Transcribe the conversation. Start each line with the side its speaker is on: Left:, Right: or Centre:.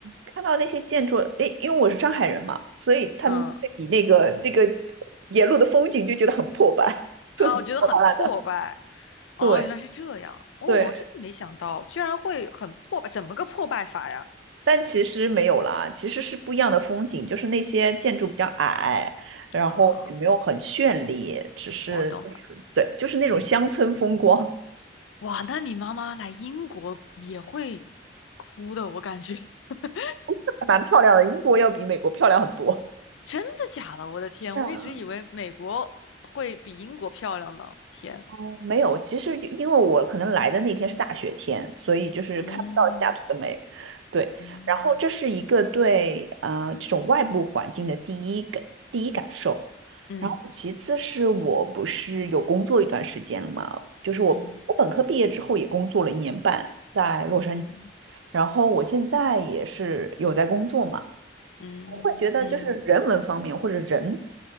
Right: 看到那些建筑，诶，因为我是上海人嘛，所以他们对比那个那个
Left: 嗯
Right: 沿路的风景就觉得很破败，<laughs> 就挺破烂烂的。
Left: 啊，我觉得很破败。哦，
Right: 对
Left: 原来是这样。哦，
Right: 对，
Left: 我真的没想到，居然会很破败，怎么个破败法呀？
Right: 但其实没有啦，其实是不一样的风景，就是那些建筑比较矮，然后也没有很绚丽，
Left: 啊，
Right: 只是就是对，
Left: 我懂了。
Right: 就是那种乡村风光，
Left: 哇，那你妈妈来英国也会哭的，我感觉。<laughs>
Right: <laughs> 还蛮漂亮的。英国要比美国漂亮很多。
Left: 真的假的？我的天，
Right: <laughs> 嗯。
Left: 我一直以为美国会比英国漂亮呢。天，
Right: 哦，没有，其实因为我可能来的那天是大雪天，所以就是看不到西雅图的美。
Left: 嗯
Right: 对，
Left: 嗯
Right: 然后这是一个对呃这种外部环境的第一感第一感受，
Left: 嗯
Right: 然后其次是我不是有工作一段时间了嘛，就是我我本科毕业之后也工作了一年半在洛杉矶，
Left: 嗯嗯
Right: 然后我现在也是有在工作嘛，
Left: 嗯嗯，
Right: 我会觉得就是人文方面或者人
Left: 嗯